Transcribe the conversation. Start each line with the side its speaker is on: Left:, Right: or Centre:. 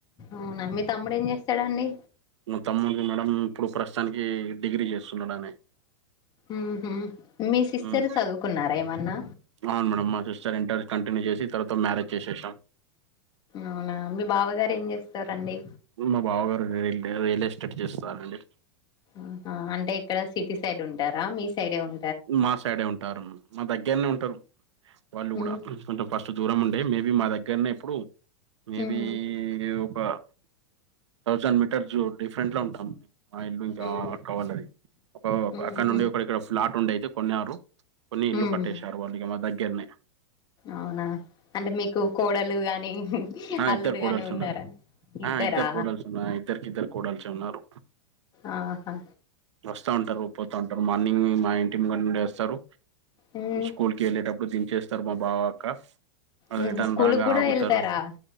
Left: అవునా మీ తమ్ముడు ఏం చేస్తాడండీ
Right: మా తమ్ముడు మేడం ఇప్పుడు ప్రస్తుతానికి డిగ్రీ చేస్తున్నాడాని
Left: మ్మ్ఉహ్మ్ మీ సిస్టర్
Right: మ్మ్
Left: చదువుకున్నారా ఏమన్నా
Right: అవును మేడం మా సిస్టర్ ఇంటర్ కంటిన్యూ చేసి తర్వాత మ్యారేజ్ చేసేసాం
Left: అవునా మీ బావగారు ఏం చేస్తారండి
Right: మా బావగారు రిల్ రియల్ ఎస్టేట్ చేస్తారండి
Left: ఆహా అంటే ఎక్కడ సిటీ సైడ్ ఉంటారా మీ సైడే ఉం
Right: మా సైడే ఉంటారు మా దగ్గరనే ఉంటరు వాళ్ళు కూడా
Left: ఉమ్
Right: కొంచెం ఫస్ట్ దూరం ఉండే మేబీ మా దగ్గరనే ఇప్పుడు మేబి
Left: ఉమ్
Right: ఒక థౌజండ్ మీటర్ జోన్ డిఫరెంట్‌లో ఉంటాం మా ఇల్లు ఇంకా
Left: ఉమ్
Right: అక్క వాళ్ళది ఒక
Left: ఉహు
Right: అక్కడ నుండి ఒక ఇక్కడ ఫ్లాట్ రెండైతే కొన్నారు కొని ఇల్లు
Left: ఉమ్ ఉమ్.
Right: కట్టేసారు వాళ్ళు ఇగా మా దగ్గర్నే
Left: అవునా అంటే మీకు కోడలు గాని
Right: ఆ
Left: అల్లుడు
Right: ఇద్దరు కోడల్స్
Left: గాని ఉన్నారా
Right: ఉన్నారు
Left: ఇద్దరా
Right: ఆ ఇద్దరు కోడల్స్ ఉన్నారు ఇద్దరికి ఇద్దరు కోడల్స్ ఉన్నారు
Left: ఆహా
Right: వస్తా ఉంటరు పోతా ఉంటరు మార్నింగ్ మా ఇంటి ముంగట నుండే వస్తారు
Left: ఉమ్,
Right: స్కూల్ కి ఎళ్ళేటప్పుడు దించేస్తారు మా బావా అక్క మల్ల
Left: ఉమ్,
Right: రిటర్న్
Left: స్కూల్కి
Right: రాంగా
Left: కూడా
Right: ఆగుతారు
Left: వెళ్తారా